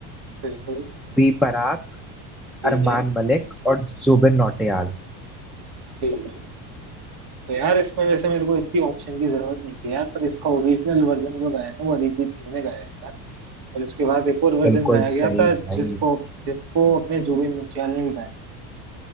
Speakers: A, on the right; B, in the centre.
A: बिल्कुल
B: बी पराग
A: ठीक
B: अरमान
A: है
B: मलिक और जुबिन
A: ठीक
B: नौटियाल
A: ठीक है तो यार इसमें वैसे मेरे को इतनी ऑप्शन की जरूरत नहीं थी यार पर इसका ओरिजिनल वर्जन जो गाया है ना वो अरिजीत सिंह ने गाया है यार और इसके बाद एक और
B: बिल्कुल
A: वर्जन गाया गया
B: सही
A: था
B: भाई
A: जिसको जिसको अपने जुबिन नौटियाल ने भी गाया